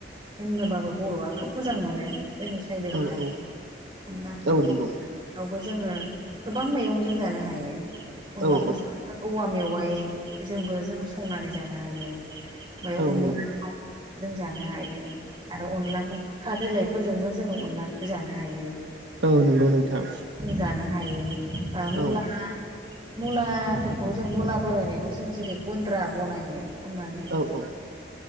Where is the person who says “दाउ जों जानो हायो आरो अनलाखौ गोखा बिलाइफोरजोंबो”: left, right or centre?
Right